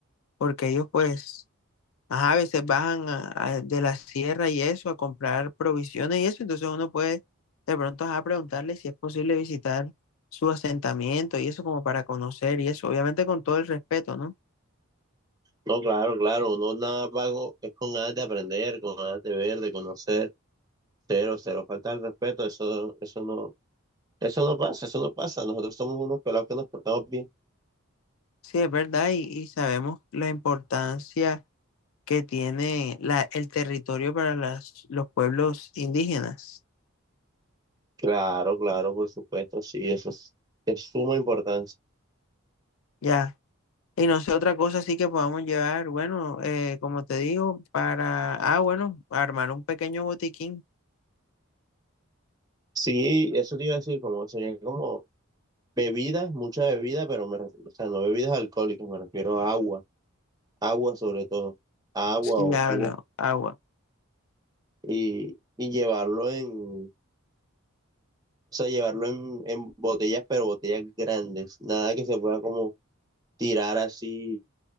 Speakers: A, on the left; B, on the right.
A: Porque ellos pues ajá, a veces bajan a- a- de la sierra y eso, a comprar provisiones y eso, entonces uno puede de pronto ajá, preguntarle si es posible visitar su asentamiento y eso como para conocer y eso, obviamente con todo el respeto, ¿no?
B: No, claro, claro, no nada pago, es con ganas de aprender, con ganas de ver, de conocer, cero, cero, falta el respeto, eso, eso no, eso no pasa, eso no pasa, nosotros somos unos pelados que nos portamos bien.
A: Sí, es verdad y, y sabemos la importancia que tiene la, el territorio para las, los pueblos indígenas,
B: Claro, claro, por supuesto, sí, eso es de suma importancia.
A: ya. Y no sé, otra cosa sí que podamos llevar, bueno, eh, como te digo, para, ah, bueno, armar un pequeño botiquín.
B: Sí, eso te iba a decir, como sería como Bebidas, mucha bebida, pero me refiero, o sea, no bebidas alcohólicas, me refiero a agua, agua sobre todo, agua
A: si
B: o
A: habla,
B: jugo,
A: agua.
B: y, y llevarlo en, o sea, llevarlo en, en botellas, pero botellas grandes, nada que se pueda como tirar así